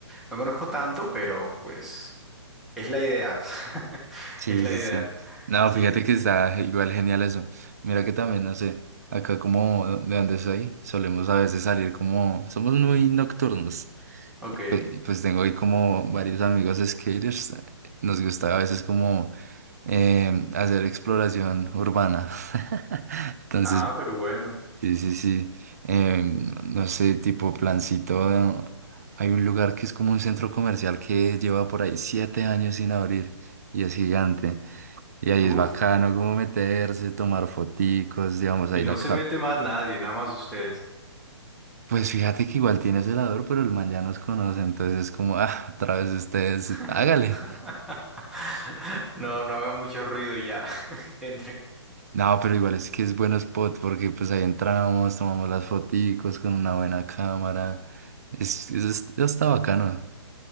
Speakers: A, in the centre; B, on the right (about 35°).
A: No conozco tanto, pero pues es la idea. <laughs>
B: Sí,
A: Es la
B: sí,
A: idea.
B: sí. No,
A: Sí,
B: fíjate
A: sí,
B: que
A: sí.
B: está igual genial eso. Mira que también, no sé, acá como de donde soy, solemos a veces salir como, somos muy nocturnos.
A: Ok.
B: Pues, pues tengo ahí como varios amigos skaters. Nos gusta a veces como em, hacer exploración urbana. <laughs> Entonces,
A: Ah, pero bueno.
B: sí, sí, sí. Em, no sé, tipo plancito. de- Hay un lugar que es como un centro comercial que lleva por ahí siete años sin abrir y es gigante. Y ahí
A: Uf.
B: es bacano como meterse, tomar foticos, digamos, ahí
A: Y no
B: la
A: se
B: cara.
A: mete más nadie, nada más ustedes.
B: Pues fíjate que igual tiene celador, pero el man ya nos conoce, entonces es como, ah, otra vez ustedes,
A: <laughs>
B: hágale.
A: No, no haga mucho ruido y ya. <laughs> Entre.
B: No, pero igual es que es buen spot porque pues ahí entramos, tomamos las foticos con una buena cámara. Es, es, es- está bacano.